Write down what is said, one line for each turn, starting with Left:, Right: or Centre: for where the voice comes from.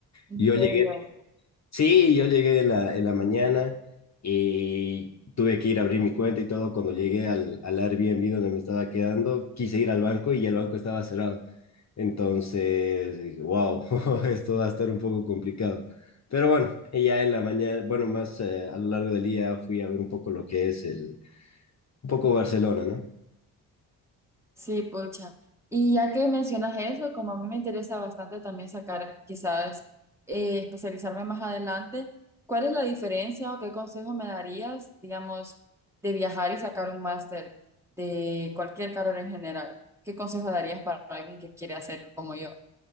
Centre: En
Left: yo
Centre: serio.
Left: llegué Sí, yo llegué en la, en la mañana y tuve que ir a abrir mi cuenta y todo. Cuando llegué al, al Airbnb donde me estaba quedando, quise ir al banco y el banco estaba cerrado. Entonces dije, wow, <laughs> esto va a estar un poco complicado. Pero bueno, y ya en la mañana, bueno, más eh, a lo largo del día fui a ver un poco lo que es el, un poco Barcelona, ¿no?
Centre: Sí, pocha. Y ya que mencionas eso, como a mí me interesa bastante también sacar, quizás eh, especializarme más adelante, ¿cuál es la diferencia o qué consejo me darías, digamos, de viajar y sacar un máster de cualquier carrera en general? ¿Qué consejo darías para alguien que quiere hacerlo como yo?